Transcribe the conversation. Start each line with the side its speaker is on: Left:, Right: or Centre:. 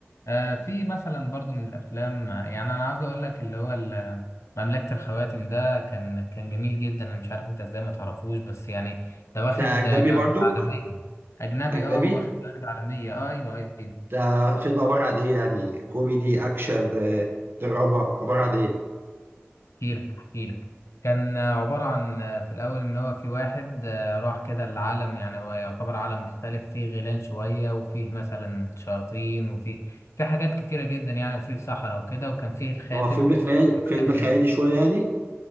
Left: آه في مثلا برضو من الافلام آه، يعني انا عاوز اقول لك اللي هو ال- مملكة الخواتم ده كان كان جميل جدا انا مش عارف انت ازاي ما تعرفوش بس يعني ده واخد
Right: ده اجنبي
Left: جوائز
Right: برضو
Left: عالمية اجنبي
Right: اجنبي
Left: اه واخد جوائز عالمية اه ايوه ايوه
Right: ده فيلم عباره عن ايه يعني كوميدي اكشن آه، دراما عباره عن ايه
Left: احكي لك احكي لك كان آه، عبارة عن آه، في الاول ان هو في واحد آه، راح كده العالم يعني هو يعتبر عالم مختلف فيه غيلان شوية وفيه مثلا شياطين وفيه في حاجات كتيرة جدا يعني وفيه صحراء وكده وكان فيه الخاتم
Right: هو فيلم خيالي
Left: كان
Right: فيلم
Left: كبير
Right: خيالي شويه يعني